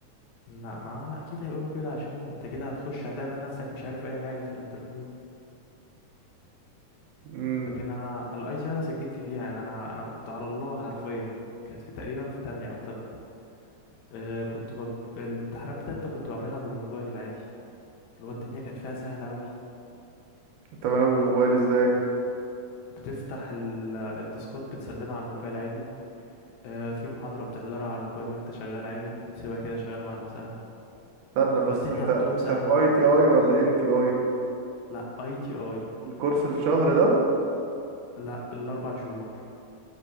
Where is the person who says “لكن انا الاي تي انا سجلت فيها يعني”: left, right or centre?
Left